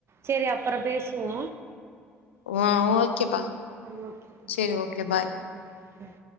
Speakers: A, on the right; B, on the left.
A: சேரி அப்பறோ பேசுவோ
B: அ ஓகேப்பா
A: ஆ ஓகே ம்
B: சேரி ஓகே பா
A: ம் ம்